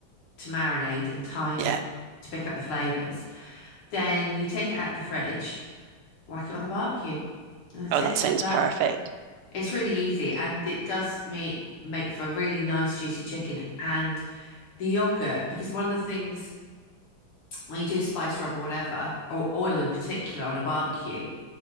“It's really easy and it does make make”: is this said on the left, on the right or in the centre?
Left